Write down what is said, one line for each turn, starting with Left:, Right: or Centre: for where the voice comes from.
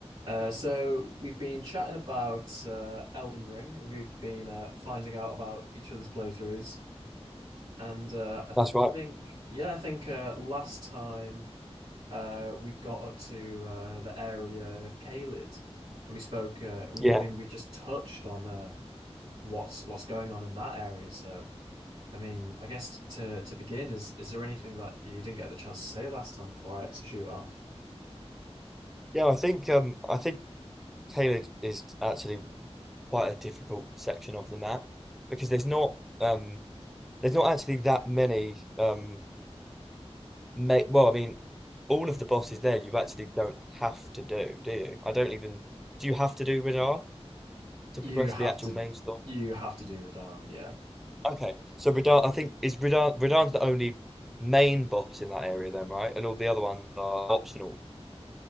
Right: Uh, so we've been chatting about uh, Elden Ring, and we've been uh, finding out about each other's playthroughs. And uh, I think,
Centre: That's right.
Right: yeah, I think uh, last time uh, we got up to uh, the area Caelid, and we spoke. Uh, we,
Centre: Yeah.
Right: I mean, we just touched on uh, what's what's going on in that area. So, I mean, I guess to to begin, is is there anything that you didn't get the chance to say last time before I had to shoot off?
Centre: Yeah, I think um I think tailored is actually quite a difficult section of the map because there's not um there's not actually that many um ma well, I mean, all of the bosses there you actually don't have to do, do you? I don't even do you have to do Radar to
Right: You
Centre: progress
Right: have
Centre: the actual
Right: to,
Centre: main story?
Right: you have to do Radahn, yeah.
Centre: Okay. So Radar I think is Radar Radar's the only main boss in that area then, right? And all the other ones are optional.